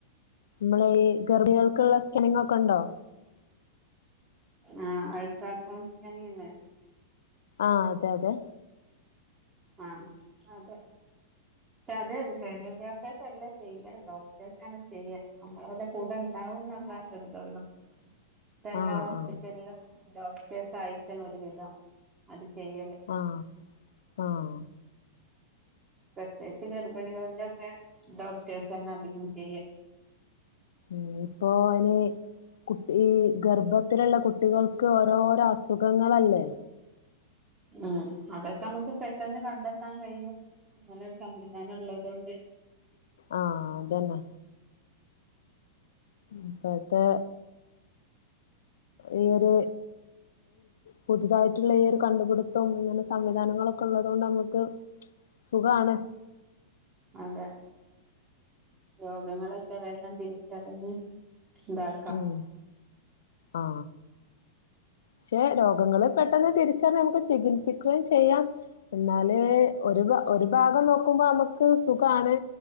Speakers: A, on the left (about 80°); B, on the right (about 15°).
A: നമ്മൾ ഈ ഗർഭികൾക്കുള്ള സ്കാനിങ്ങ ഒക്കെ ഉണ്ടോ.
B: ആ അൾട്രാസൗണ്ട് സ്കാനിങ് അല്ലേ.
A: ആ അതെ അതെ
B: ആഹ അതെ പക്ഷെ അത് റേഡിയോ. ഡോക്ടേഴ്സ് എല്ലാം ചെയ്യട്ടൊ ഡോക്ടേഴ്സ് തന്നെ ചെയ്യുക നമ്മള വല കൂടെ ഉണ്ടാവും എന്ന ഒരിതള്ളൂ. <inaudible> ഇ എല്ലാ
A: ആഹ്
B: ഹോസ്പിറ്റലിലും
A: ആഹ്
B: ഡോക്ടേഴ്സ് ആയിക്കണ ഒരു വിധം അത് ചെയ്യല്.
A: ആഹ ആഹ
B: പ്രത്യേകിച്ച് ഗർഭിണികളുടെ ഒക്കെ ഡോക്ടേഴ്സ് തന്നെ അധികം ചെയ്യുക.
A: ഇനിഇപ്പോ അയിന് കുട്ടി ഈ ഗർഭത്തിലുള്ള കുട്ടികൾക്ക് ഓരോരോ അസുഖങ്ങളല്ലേ.
B: ഉം അതൊക്കെ നമ്മുക്ക് പെട്ടെന്ന് കണ്ടെത്താൻ കഴിയും അങ്ങനൊരു സംവിധാനം ഉള്ളതൊണ്ട്.
A: ആഹ അതന്നെ ഇപ്പോഴത്തെ ഈ ഒരു പുതുതായിട്ടുള്ള ഈ ഒരു കണ്ടുപിടുത്തം ഇങ്ങനെ സംവിധാനങ്ങളൊക്കെ ഉള്ളത് കൊണ്ട് നമുക്ക് സുഖാണ്
B: അതെ രോഗങ്ങള്യെക്കെ വേഗം തിരിച്ചറിഞ്ഞ് ഉണ്ട
A: ഉം ആ പക്ഷെ രോഗങ്ങള് പെട്ടെന്ന് തിരിച്ചറിഞ്ഞ് നമുക്ക് ചികിത്സിക്കുകയും ചെയ്യാം എന്നാല് ഒരു ഒരു ഭാഗം നോക്കുമ്പോ അമക്ക് സുഖാണ്